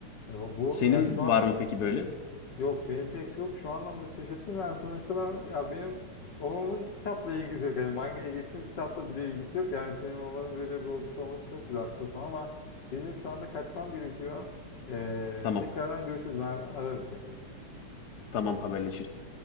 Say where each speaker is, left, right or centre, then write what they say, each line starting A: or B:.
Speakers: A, on the left (about 65°); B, on the left (about 85°).
A: E, Bu
B: Senin
A: ya şu an
B: var mı peki böyle?
A: yok benim pek yok. Şu anlamda şaşırttı ben sonuçta ben ya benim babamın kitapla ilgisi yok. Hani mangaya geçtim kitapla bile ilgisi yok. Yani senin babanın böyle bir hobisi olması çok güzelmiş Osman ama benim şu anda kaçmam gerekiyor. E,
B: Tamam.
A: tekrardan görüşürüz. Ben ararım seni tekrar.
B: Tamam haberleşiriz.